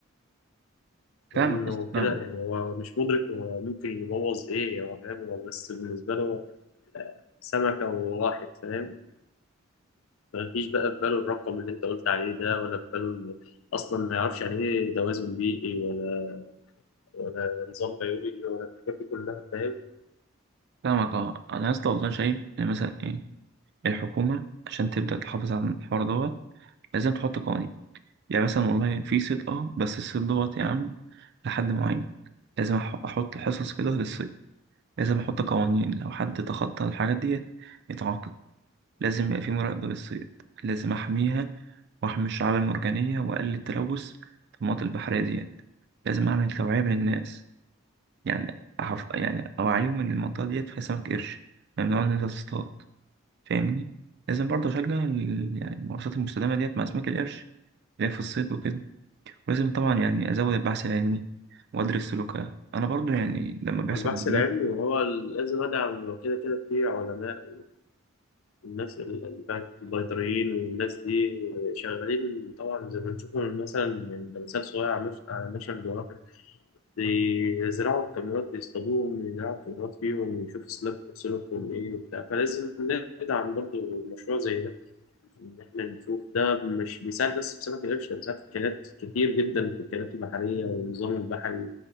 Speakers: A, on the left; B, on the right.
A: لأنه
B: فاهمك يا اسطى، فاهمك
A: كده يعني هو مش مدرك هو ممكن يبوظ إيه هو فاهم هو بس بالنسبة له سمكة وواحد فاهم مفيش بقى في باله الرقم اللي انت قلت عليه ده ولا في باله ال- اصلا ما يعرفش يعني ايه توازن بيئي ولا ولا نظام بيولوجي ولا الحاجات دي كلها فاهم
B: فاهمك اه أنا يا اسطى والله شايف إن مثلا إيه الحكومة عشان تبدأ تحافظ على الحوار دوت لازم تحط قوانين يعني مثلا والله في صيد اه بس الصيد دوت يا عم لحد معين لازم أح- أحط حصص كده للصيد لازم أحط قوانين لو حد تخطى الحاجات ديت يتعاقب لازم يبقى في مراقبة للصيد لازم أحميها وأحمي الشعاب المرجانية وأقلل التلوث في المناطق البحرية ديت لازم أعمل توعية بين الناس يعني أحف... يعني أوعيهم إن المنطقة ديت فيها سمك قرش ممنوع إن أنت تصطاد فاهمني لازم برضه أشجع ال- يعني الممارسات المستدامة ديت مع أسماك القرش اللي هي في الصيد وكده ولازم طبعا يعني أزود البحث العلمي وأدرس سلوكها أنا برضه يعني لما بيحصل
A: هو البحث
B: هجمات
A: العلمي وهو ال- لازم ادعم كده كده في علماء والناس ال- الب- البيطريين والناس دي شغالين طبعا زي ما بنشوفهم مثلا من لمسات صغيرة على مش- على نشر بيزرعوا الكاميرات بيصطادوهم يزرعوا الكاميرات فيهم ويشوفوا سلوك سلوكهم إيه وبتاع فلازم ندعم برضه مشروع زي ده إن إحنا نشوف ده مش بيساعد بس في سمك القرش ده بيساعد في أكلات كتير جدا في الأكلات البحرية والنظام البحري